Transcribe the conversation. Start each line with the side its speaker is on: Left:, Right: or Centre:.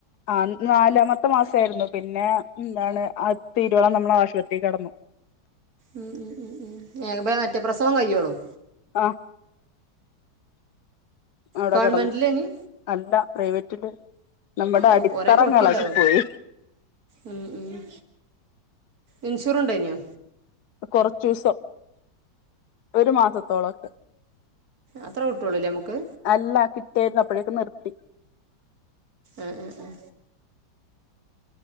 Left: ആ നാലാമത്തെ മാസ ആയിരുന്നു പിന്നെ എന്താണ് അത്‌ തീരുവോളം നമ്മള് ആശുപത്രി കിടന്നു
Right: ഉം ഉം ഉം ഉം ഏ മറ്റേ പ്രസവം കഴിയോളും
Left: ആഹ അവിടെ
Right: ഗവൺമെന്റിലേഞ്ഞി
Left: കിടന്നു അല്ല പ്രൈവറ്റില് നമ്മുടെ
Right: ഔ
Left: അടിത്തറ
Right: കൊറേ പൊട്ടിണ്ടാവല്ലോ
Left: അങ്ങ് എളകി പോയി
Right: ഉം ഉം ഇൻഷൂറു ഉണ്ടായിനോ
Left: കുറച്ചൂസം ഒരു മാസത്തോളൊക്കെ
Right: അത്ര കിട്ടൊള്ളൂല്ലേ നമുക്ക്
Left: അല്ല കിട്ടിയേരുന്നു അപ്പഴേക്കും നിർത്തി
Right: ആഹ് ആഹ് ആഹ